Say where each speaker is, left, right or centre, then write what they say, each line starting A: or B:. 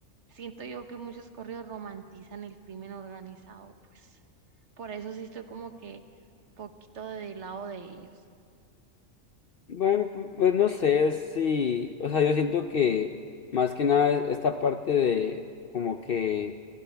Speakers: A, on the right; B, on the left.
A: Siento yo que muchos corridos romantizan el crimen organizado, pues por eso sí estoy como que poquito del lado de ellos.
B: Bueno, pu- pues, no sé si, o sea, yo siento que más que nada es- esta parte de como que